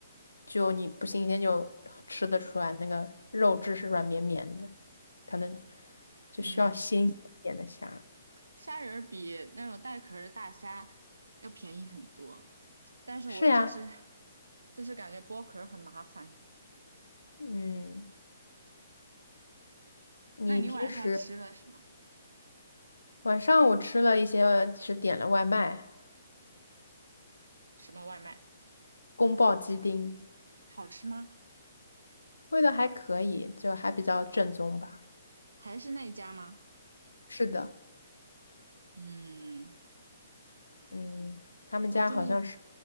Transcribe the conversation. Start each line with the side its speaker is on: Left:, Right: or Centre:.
Left: 就你不新鲜就吃得出来，那个肉质是软绵绵的，可能就需要新鲜一点的虾。
Right: 嗯，虾仁儿比那种带壳儿的大虾要便宜很多，但是我就是
Left: 是呀，
Right: 就是感觉剥壳儿很麻烦。
Left: 嗯，你平时
Right: 那你晚上吃了什么？
Left: 晚上我吃了一些，是点了外卖，
Right: 什么外卖？
Left: 宫爆鸡丁，
Right: 好吃吗？
Left: 味道还可以，就还比较正宗吧。
Right: 还是那一家吗？
Left: 是的，
Right: 嗯，
Left: 嗯，他们家好像是。
Right: 我中午，